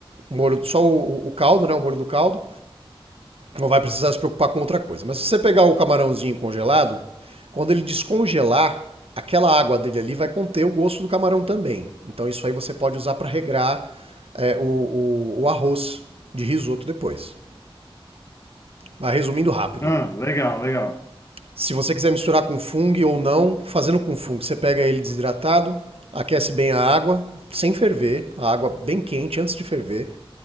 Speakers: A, on the right (about 75°); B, on the left (about 30°).
A: molho, só o, o caldo, né? O molho do caldo. Não vai precisar se preocupar com outra coisa. Mas se você pegar o camarãozinho congelado, quando ele descongelar, aquela água dele ali vai conter o gosto do camarão também. Então isso aí você pode usar para regrar é, o, o, o arroz de risoto depois. Mas resumindo rápido,
B: Ah, legal, legal.
A: Se você quiser misturar com fung ou não, fazendo com fung, você pega ele desidratado, aquece bem a água, sem ferver, a água bem quente antes de ferver.